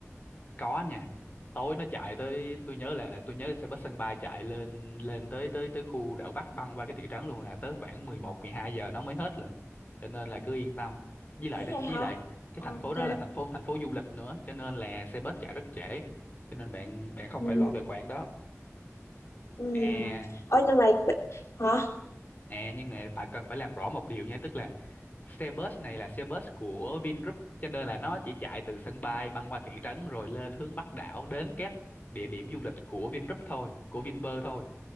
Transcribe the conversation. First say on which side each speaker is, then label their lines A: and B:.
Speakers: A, on the left; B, on the left.
A: có nha tối nó chạy tới tôi nhớ là tôi nhớ xe bus sân bay chạy lên lên tới tới tới khu đảo Bắc băng qua cái thị trấn luôn là tới khoảng mười một mười hai giờ nó mới hết lận cho nên là cứ yên tâm với lại
B: dễ vậy
A: với
B: hả
A: lại cái
B: ok
A: thành phố đó là thành phố thành phố du lịch nữa cho nên là xe bus chạy rất trễ cho nên bạn bạn không
B: ừ.
A: phải lo về khoản đó
B: Ừ.
A: à
B: Ở nhưng mà hả
A: À nhưng mà phải cần phải làm rõ một điều nha, tức là xe bus này là xe bus của Vingroup cho nên là nó chỉ chạy từ sân bay băng qua thị trấn rồi lên hướng Bắc đảo đến các địa điểm du lịch của Vingroup thôi, của Vinpearl thôi.